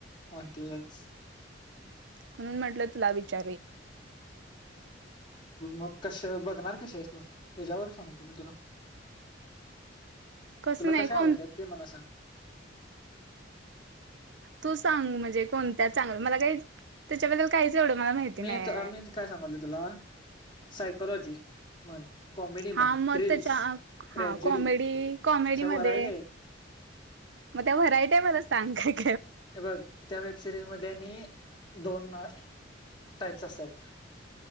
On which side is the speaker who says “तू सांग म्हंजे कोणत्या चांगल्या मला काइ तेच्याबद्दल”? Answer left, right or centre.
Right